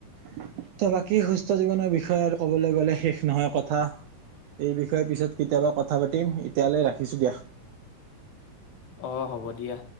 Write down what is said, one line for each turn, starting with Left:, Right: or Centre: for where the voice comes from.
Right: ত' বাকী সুস্থ জীৱনৰ বিষয়ে আৰু কবলৈ গলে শেষ নহয় কথা এই বিষয়ে পিছত কেতিয়াবা কথা পাতিম এতিয়ালৈ ৰাখিছো দিয়া
Left: অ' হ'ব দিয়া।